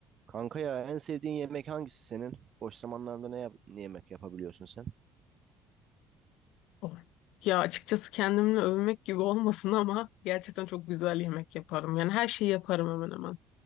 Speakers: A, on the right; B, on the left.
A: Kanka ya en sevdiğin yemek hangisi senin? Boş zamanlarda ne, yap- ne yemek yapabiliyorsun sen?
B: Of. Ya açıkçası kendimle övmek gibi olmasın ama gerçekten çok güzel yemek yaparım. Yani her şeyi yaparım hemen hemen.